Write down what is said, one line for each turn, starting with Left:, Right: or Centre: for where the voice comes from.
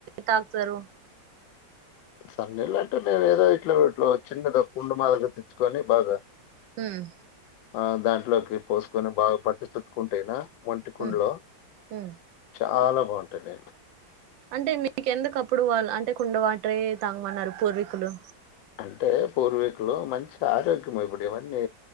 Right: కాస్తారు
Left: సుండేలంటే మేమోదో ఇట్లా చిన్నదెబ్బ పండూ మాదిరిగా తెచ్చుకొని బాగా
Right: ఉమ్
Left: ఆ దాంట్లోకి పోసుకొని బాగా పట్టి చుట్టుకుంటేనా మట్టికుండలో
Right: ఉ ఉ
Left: చాలా బాగుంటాయి అండి
Right: అంటే మీకు ఎందుకప్పుడు వాళ్ళు అంటే కుండ వాటరే తాగమన్నారు పూర్వీకులు
Left: అంటే పూర్వీకులు మంచి ఆరోగ్యం ఇప్పుడి ఇవన్నీ